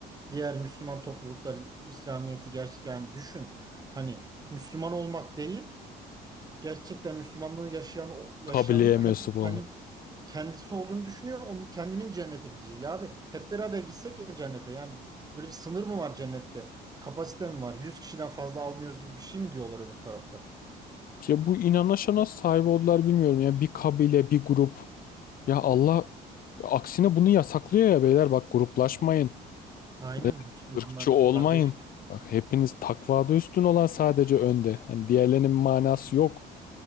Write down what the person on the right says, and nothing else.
Diğer Müslüman topluluklar İslamiyet'i gerçek yani düşün. Hani Müslüman olmak değil gerçekten Müslümanlığı yaşayan yaşayanın
herkes
kendi- kendisi olduğunu düşünüyor. Onun kendinin cennete gideceği. Ya abi hep beraber gitsek ya cennete. Yani böyle bir sınır mı var cennette? Kapasite mi var? 100 kişiden fazla almıyoruz gibi bir şey mi diyorlar öbür tarafta?
Aynen
Müslümanlar
kardeş.